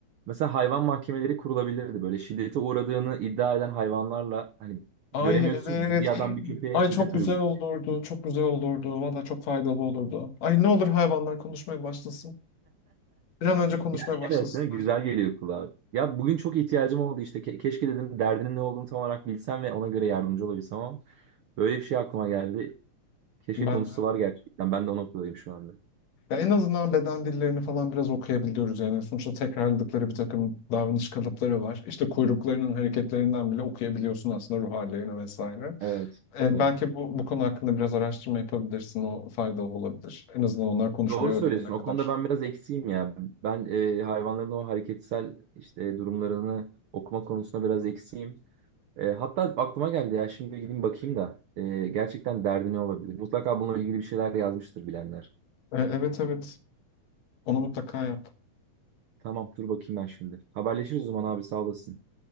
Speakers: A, on the right; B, on the left.
A: mesela hayvan mahkemeleri kurulabilirdi böyle şiddete uğradığını iddia eden hayvanlarla hani
B: Ay
A: göremiyorsun
B: evet.
A: ya bir adam bir köpeğe
B: <clears throat> Ay
A: şiddet
B: çok güzel
A: uyguluyor.
B: olurdu. Çok güzel olurdu. Valla çok faydalı olurdu. Ay ne olur hayvanlar konuşmaya başlasın. Bir an önce konuşmaya
A: Yani
B: başlasınlar.
A: evet değil mi? Güzel geliyor kulağa. Ya bugün çok ihtiyacım oldu işte Ke- keşke dedim derdinin ne olduğunu tam olarak bilsem ve ona göre yardımcı olabilsem ama böyle bir şey aklıma geldi. Keşke
B: Bence.
A: konusu var gerçekten ben de o noktadayım şu anda.
B: Ya en azından beden dillerini falan biraz okuyabiliyoruz yani. Sonuçta tekrarladıkları bir takım davranış kalıpları var. İşte kuyruklarının hareketlerinden bile okuyabiliyorsun aslında ruh hallerini vesaire.
A: Evet.
B: E,
A: Evet.
B: belki bu bu konu hakkında biraz araştırma yapabilirsin. O faydalı olabilir. En azından onlar konuşmayı
A: Doğru
B: öğrenene
A: söylüyorsun.
B: kadar.
A: O konuda ben biraz eksiğim ya. Ben e, hayvanların o hareketsel işte durumlarını okuma konusunda biraz eksiğim. E, hatta aklıma geldi ya şimdi gideyim bakayım da e, gerçekten derdi ne olabilir? Mutlaka bununla ilgili bir şeyler yazmıştır bilenler.
B: E, evet evet. Onu mutlaka yap.
A: Tamam dur bakayım ben şimdi. Haberleşiriz o zaman abi sağ olasın.